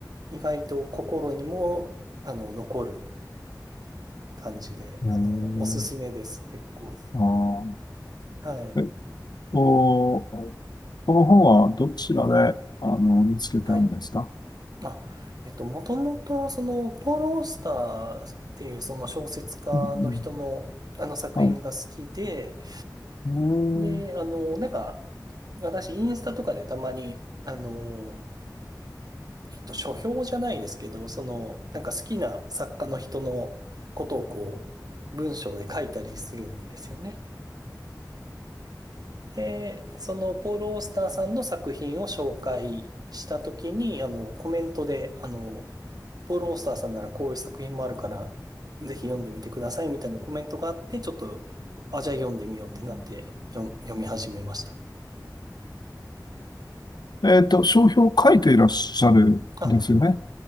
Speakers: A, on the right (about 60°); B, on the left (about 70°).
A: 意外と心にも、あの、残る感じで、
B: えー、
A: あの、おすすめです。結構。
B: あー、
A: はい。
B: えっと、この本はどちらで、あの、見つけたんですか
A: はい。あ、えっと、もともと、その、ポール・オースターっていうその小説家の人の、
B: うん
A: あの作品が好きで、
B: うん。はい。えー
A: で、あの、なんか、私、インスタとかでたまに、あの、えっと、書評じゃないですけど、その、なんか好きな作家の人のことをこう、文章で書いたりするんですよね。で、その、ポール・オースターさんの作品を紹介したときに、あの、コメントで、あの、ポール・オースターさんならこういう作品もあるから、ぜひ読んでみてくださいみたいなコメントがあって、ちょっと、あ、じゃあ読んでみようってなって、読読み始めました。
B: えっと、商標を書いていらっしゃるんですよね。
A: あ